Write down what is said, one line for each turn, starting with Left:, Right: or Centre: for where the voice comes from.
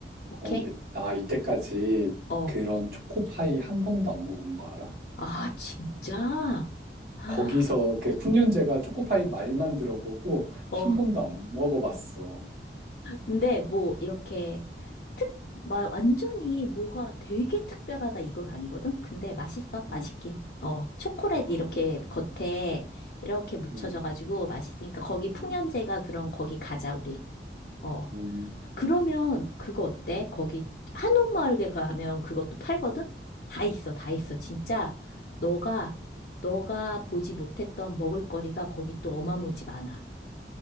Left: 오케이?
Right: 어, 근데 나 이때까지
Left: 어.
Right: 그런 초코파이 한 번도 안 먹어본 거 알아?
Left: 아, 진짜? 아,
Right: 거기서 그 풍년제가 초코파이 말만 들어보고
Left: 어.
Right: 한 번도 안 먹어봤어.
Left: 근데 뭐 이렇게 특, 막 완전히 뭐가 되게 특별하다 이건 아니거든? 근데 맛있어,
Right: 응,
Left: 맛있긴. 어, 초콜릿
Right: 아,
Left: 이렇게 겉에 이렇게 묻혀져가지고
Right: 음,
Left: 맛있으니까 거기 풍년제가
Right: 음,
Left: 그런 거기 가자, 우리. 어,
Right: 음.
Left: 그러면 그거 어때? 거기 한옥마을에 가면 그것도 팔거든? 다 있어, 다 있어. 진짜 너가, 너가 보지 못했던 먹을거리가 거기 또 어마무지 많아.